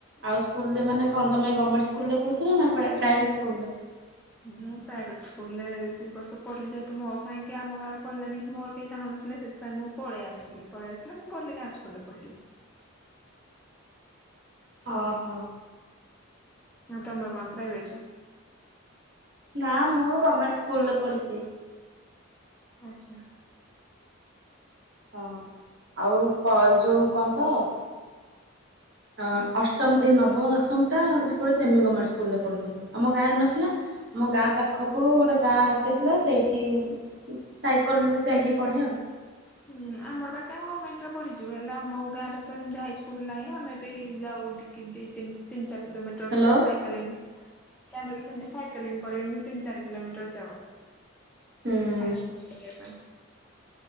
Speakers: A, on the right (about 55°); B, in the centre.
A: ଆଉ ସ୍କୁଲ୍ ରେ ମାନେ କଣ ତମେ ଏଇ ଗମେଟ୍ ସ୍କୁଲ୍ ରେ ପଢ଼ୁଥୁଲ ନାଁ ପ୍ରା ପ୍ରାଇଭେଟ୍ ସ୍କୁଲ୍ ରେ?
B: ମୁଁ ପ୍ରାଇଭେଟ ସ୍କୁଲ୍ ରେ ଦି ବର୍ଷ ପଢ଼ିଲି ଯେହେତୁ ମୋ ସାଙ୍ଗି କିଏ ଆମ ଗାଁରୁ ପଢିଲେନି କି ମୋର କେହି ସାଙ୍ଗ ନଥିଲେ ସେ ପାଇଁ ମୁଁ ପଳିଆସିଲି ପଳିଆସିଲି ମୁଁ ପଢ଼ିଲି ଗାଁ ସ୍କୁଲ୍ ରେ ପଢ଼ିଲି।
A: ଅହ।
B: ଅଁ ତମର କଁ ପ୍ରାଇବେଟେ?
A: ନାଁ ମୁଁ ଗମେଟ୍ ସ୍କୁଲ୍ ରେ ପଢ଼ିଚି।
B: ଆଚ୍ଛା।
A: ହଁ ଆଉ ପ ଯୋଉ କଣ ତ ଅ ଅଷ୍ଟମ ଏଇ ନବମ ଦଶମଟା ଉସକୁରେ ସେମି ଗମେଟର ସ୍କୁଲ୍ ରେ ପଢ଼ୁଥିଲି ଆମ ଗାଁରେ ନଥିଲା। ମୋ ଗାଁ ପାଖକୁ ଗୋଟେ ଗାଁଟେ ଥିଲା ସେଇଠି ଉ ସାଇକଲ୍ ରେ ଯାଇକି ପଢ଼େ ଆଉ।
B: ହୁଁ ଆମର ବାକି ଆମେ ଗମେଣ୍ଟ୍ ରେ ପଢି଼ଚୁ ହେଲେ ଆମ ଗାଁରେ ତ ହେମତି ହାଇ ସ୍କୁଲ୍ ନାହିଁ ଆମେ ବି ଯାଉ ଦି କି ଦି ତିନ ଚାର କିିଲୋମିଟର୍
A: ହ୍ୟାଲୋ
B: ହୁଁ ସାଇକେଲିଂ। ହେଲେ ଆମେ ବି ସେମିତି ସାଇକେଲିଂ କରିବିନି ତିିନ ଚାରି କିଲୋମିଟର୍ ଯାଉ।
A: ହୁଁ।
B: ହାଇ ସ୍କୁଲ୍ ପଢ଼ିବା ପାଇଁ।